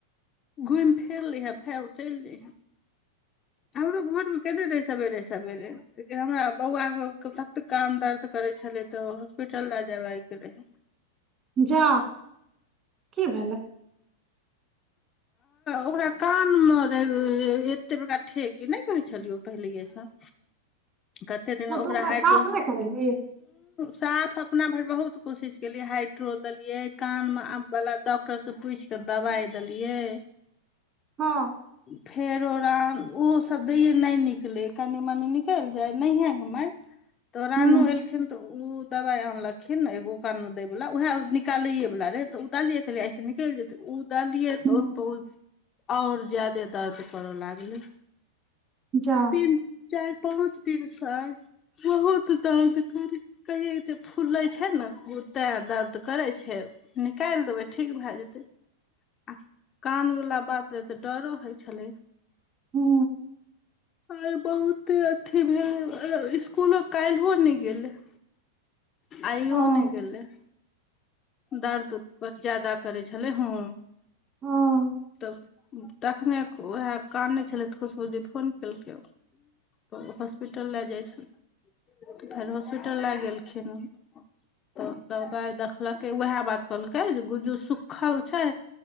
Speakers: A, on the left (about 25°); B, on the right (about 25°).
A: घुमि फिर लिहे फेर चलि जइहेँ
B: <inaudible>
A: हमरो भोर मे केने रहे सवेरे सवेरे हमरा बौआ के ततऽ काम दर्द करे छल होॉस्पिटल ल जब आइ गेल
B: जा की भेलै
A: ओकरा कान मे रह एते बड़का ठेक नहि कहे छलियौ पहिले ा
B: <inaudible>
A: कते दिन
B: हँ
A: ओकरा
B: तऽ
A: हाइड्रो
B: साफ नहि करेलही
A: साफ अपना भरि बहुत कोशिश केलिये हाइड्रो देलिये कान में आब वाला डॉक्टर से पूछि के दवाई दलियए
B: हँ
A: फेरो ररा ओहोसभ दैए नहि निकलै कनि मनि निकलि जाय नहिएके माय तऽ रानू
B: हूँ
A: एलखिन तऽ ओ दबाइ आनलखिन ने एगो कानमे दैवला ओएह निकालैेवला रहै तऽ उतालिे कहेलियै ऐसे निकलि जेतै ओ कहलियै
B: हूँ
A: तऽ ओ आओर ज्यादे दर्द करऽ लागलै
B: जा
A: तीन चारि पाँच दिन स बहुत दर्द कर कहिे फूले छै ने ओ तें दर्द करे छै निकालि देबै ठीक भए जेतैय आ कानवला बात रहय तऽ डरो होइत छलै
B: हू
A: आर बहुते अथी भेलैक इसकुलो काल्हिहो नहि गेलै
B: <inaudible>
A: आइो
B: हँ
A: नहि गेलय दर्द ज्यादा करैत छलै हँ
B: हँ
A: तखने उएह कानैत छलैऽ खुशबु दी फोन केलकै तऽ हॉस्पिटल लए जाइत छलऽ फेर हॉस्पिटल लए गेलखिन तऽ दबाइ देखलकै उएह बात कहलकै जे गुज्जू सुूकखल छै